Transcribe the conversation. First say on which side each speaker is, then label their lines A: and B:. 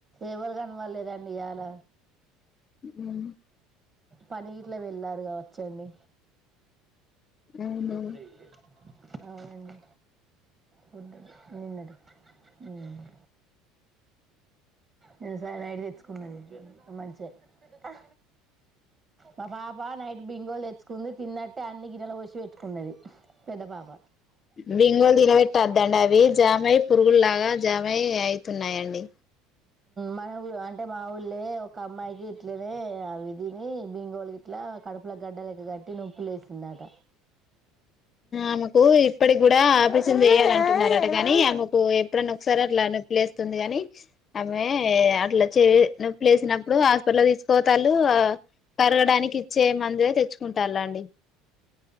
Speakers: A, on the right (about 20°); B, on the left (about 25°).
A: ఎవరు కనపడ్లేదండి ఇయ్యాల
B: మ్
A: పనికిట్లో వెళ్ళారుగా వచ్చండి
B: అవును
A: ఎప్పుడి అవునండి వుంటాడి నిన్నడు నడు నిసా తెుకున్నది మంచిగా ఆ మా పాప నైట్ బింగోల్ లే తెచ్చుకుంది తిన్నట్టే అన్ని గిన్నెల పోసి పెట్టుకున్నది పెద్ద పాప
B: బింగోలు తినబెట్టద్దండి అవి జామయ పురుగులు లాగా జామయ అయితున్నాయిండి
A: మన ఊ అంటే మా ఊళ్ళ ఒక అమ్మాయికి ఇట్లనే అవి తిని బింగోలు ఇట్లా కడుపుల గడ్డ లెక్క కట్టి నొప్పులే వేసిందట
B: ఆమెకు ఇప్పటికి కూడా ఆపరేషన్ చేయాలంటున్నారట కాని ఆమెకు ఎప్పుడన్నా ఒకసారి అట్లా నొప్పిలే వేస్తుంది గాని అమెే అట్లా చే నొప్పు లేసినప్పుడు హాస్పిటల్ తీసుకోతాలు కరగడానికి ఇచ్చే మందుే తెచ్చుకుంటారు అండి